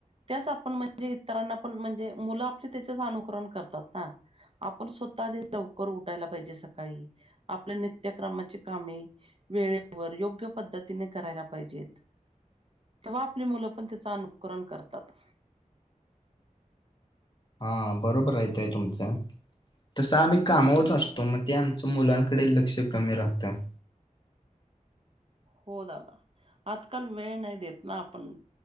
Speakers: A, on the right; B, on the left.
A: त्याच आपण म्हणजे इतरांना पण म्हणजे मुलं आपले त्याच्याच अनुकरण करतात ना आपण स्वतः आधी लवकर उठायला पाहिजे सकाळी आपल्या नित्यक्रमाची कामे वेळेवर योग्य पद्धतीने करायला पाहिजेत तेव्हा आपली मुलं पण साआनुकरण करतात.
B: हा बरोबर आहे ते तुमचं तसं आम्ही कामावच असतो म ते आमचं मुलांकडे लक्ष कमी राहतं.
A: हो दादा, आजकाल वेळ नाय देत ना आपण.